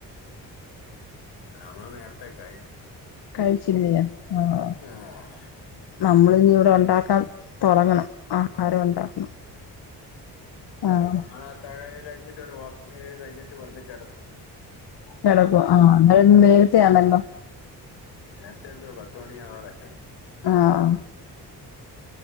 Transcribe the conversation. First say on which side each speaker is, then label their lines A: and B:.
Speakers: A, on the left; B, on the left.
A: അ നമ്മള് നേരത്തെ കഴിച്ചു
B: കഴിച്ചില്ല്യ ആഹ
A: ആഹ്
B: നമ്മളിനി ഇവിടെ ഉണ്ടാക്കാൻ തൊ ടങ്ങണം ആഹാരം ഉണ്ടാക്കണം ആഹ്
A: ആള ആ ത്താഴൊക്കെ കഴിച്ചിട്ട് ഒരു വാക്കിംഗ് ഒക്കെ കഴിഞ്ഞിട്ട് വന്ന് കെട
B: കിടക്കുവാ ആഹ് ഇങ്ങളിന്ന് നേരത്തെയാണല്ലോ
A: ഉം. നേരത്തെ എന്തൊ പത്ത് മണി അവാറായി
B: ആഹ